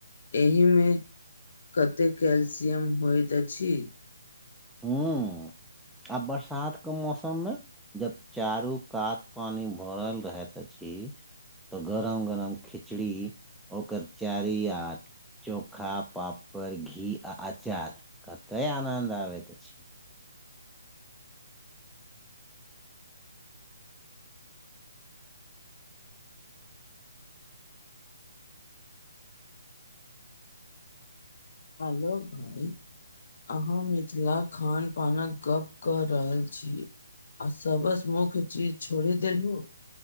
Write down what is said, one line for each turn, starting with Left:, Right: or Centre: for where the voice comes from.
Left: एहि मे कतेक कैल्सियम होइत अछि।
Centre: हूँ आ बरसात के मौसम मे जब चारू कात पानि भरल रहैत अछि। तऽ गरम गरम खिचड़ी ओकर चारि यार। चोखा पापड़ घी आ अचार कते आनद आबैत अछि।
Left: आलोक भइ। अहाँ मिथिला खान पानक गप कऽ रहल छी। आ सबस मुख चीज छोड़ी देलहु।